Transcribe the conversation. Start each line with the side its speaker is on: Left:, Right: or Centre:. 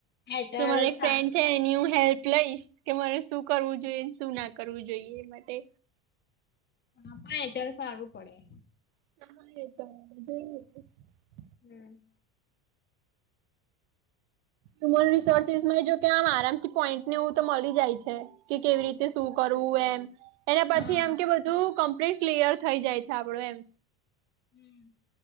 Left: એચઆર
Right: મારી
Left: જ
Right: એક
Left: સા
Right: ફ્રેન્ડ છે એની હું હેલ્પ લઈશ કે મારે શું કરવું જોઈએ શું ના કરવું જોઈએ એ માટે
Left: હા પણ અત્યારે સારું પડે
Right: હાા એ
Left: હમ
Right: હ્યુમન રિસોર્સસ માં જો કે આમ આરામથી પોઈન્ટ ને એવું તો મળી જાય છે કે કેવી રીતે શું કરો એના પરથી
Left: હા
Right: એમ કે બધું કમ્પ્લીટ ક્લિયર થઈ જાય છે આપડું એમ
Left: હમ